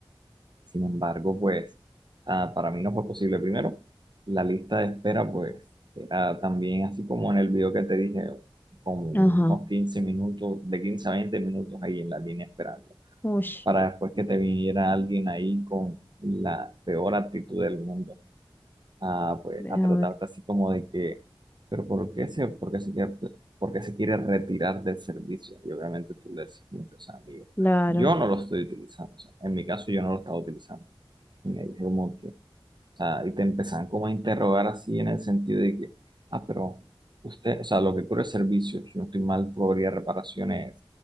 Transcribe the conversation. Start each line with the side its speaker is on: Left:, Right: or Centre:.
Right: Sin embargo, pues, ah, para mí no fue posible. Primero, la lista de espera, pues, era también así como en el video que te dije, como unos
Left: ajá.
Right: 15 minutos, de 15 a 20 minutos ahí en la línea esperando,
Left: Uy,
Right: para después que te viniera alguien ahí con la peor actitud del mundo a, pues,
Left: a
Right: a tratarte
Left: ver,
Right: así como de que, pero ¿por qué se, por qué se quiere, por qué se quiere retirar del servicio? Y obviamente tú le dices, como que, o sea amigo
Left: claro.
Right: yo no lo estoy utilizando, o sea, en mi caso yo no lo estaba utilizando. Y me dice como que, sea, y te empezaban como a interrogar así en el sentido de que, ah, pero usted, o sea, lo que cubre es servicio, si no estoy mal, cobraría reparaciones